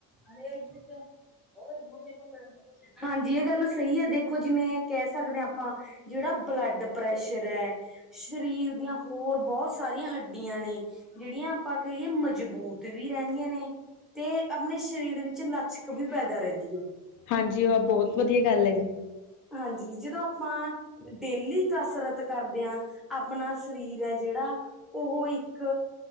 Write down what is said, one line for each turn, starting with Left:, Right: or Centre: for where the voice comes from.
Centre: ਅਰੇ ਏਕ <unintelligible> ਹਾਂਜੀ ਏ ਗੱਲ ਸਹੀ ਹੈ ਦੇਖੋ ਜਿਵੇਂ ਕੈ ਸਕਦੇ ਆ ਆਪਾਂ ਜੇੜਾ ਬਲੱਡ ਪ੍ਰੈਸ਼ਰ ਹੈ ਸ਼ਰੀਰ ਦੀਆਂ ਹੋਰ ਬੋਤ ਸਾਰੀਆਂ ਹੱਡੀਆਂ ਨੇ ਜੇੜ੍ਹੀਆਂ ਆਪਾਂ ਕਈਏ ਮਜ਼ਬੂਤ ਵੀ ਰੈਂਨੀਆਂ ਨੇ ਤੇ ਅਪਣੇ ਸ਼ਰੀਰ ਵਿੱਚ ਲਚਕ ਵੀ ਪੈਦਾ ਰੈਗੀ ਐ।
Left: ਹਾਂਜੀ ਉਹ ਬਹੁਤ ਵਧੀਆ ਗੱਲ ਐ ਜੀ।
Centre: ਹਾਂਜੀ, ਜਦੋਂ ਆਪਾਂ ਡੇਲੀ ਕਸਰਤ ਕਰਦੇ ਆ, ਆਪਣਾ ਸ਼ਰੀਰ ਐ ਜੇੜਾ ਉਹੋ ਇੱਕ